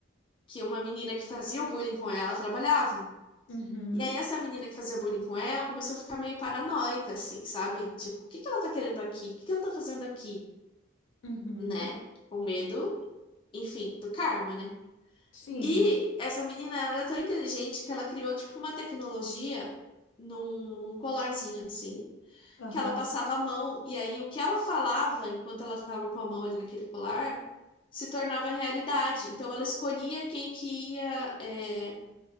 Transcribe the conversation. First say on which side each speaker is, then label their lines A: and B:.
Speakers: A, on the left; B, on the left.
A: que uma menina que fazia o bullying com ela trabalhava.
B: Uhum.
A: E aí essa menina que fazia bullying com ela começou a ficar meio paranoica, assim, sabe? Tipo, o que que ela tá querendo aqui? O que que ela tá fazendo aqui?
B: Uhum.
A: né? Com medo, enfim, do karma, né?
B: Sim.
A: E essa menina, ela era tão inteligente que ela criou, tipo, uma tecnologia num, num colarzinho assim,
B: Aham.
A: que ela passava a mão, e aí o que ela falava enquanto ela estava com a mão ali naquele colar se tornava realidade. Então ela escolhia quem que ia. é,